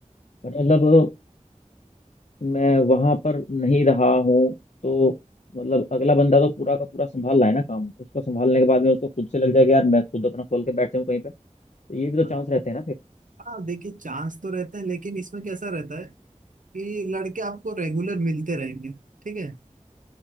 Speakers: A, on the left; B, on the right.
A: बट मतलब मैं वहां पर नहीं रहा हूँ तो मतलब अगला बंदा तो पूरा का पूरा संभाल रहा है ना काम उसको संभालने के बाद में उसको खुद से लग जाएगा यार मैं खुद अपना खोल के बैठ जाऊँ कहीं पे तो ये भी
B: हाँ
A: तो चांस रहते हैं ना फिर
B: हाँ, देखिए चांस तो रहता है लेकिन इसमें कैसा रहता है कि लड़के आपको रेगुलर मिलते रहेंगे ठीक है